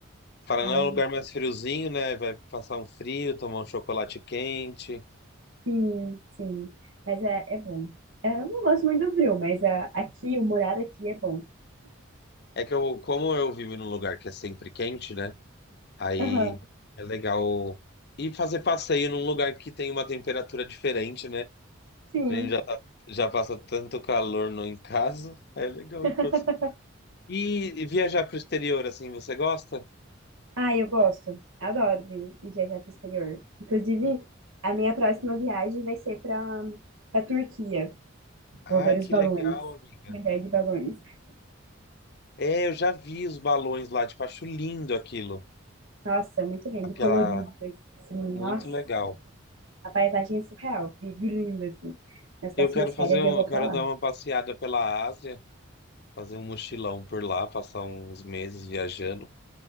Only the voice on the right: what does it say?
Ai,
Sim, sim. Mas é, é bom. É, Eu não gosto muito do frio, mas ah, aqui, o morar aqui é bom.
Aham,
sim.
<laughs>
Ah, eu gosto. Adoro vir e viajar para o exterior. Inclusive, a minha próxima viagem vai ser para para Turquia.
Vou ver os
balões.
Viajar de balões.
Nossa, muito lindo,
colorido, assim.
Nossa,
a paisagem é surreal. E e lindo, assim. Nas próximas
férias
eu vou
para lá.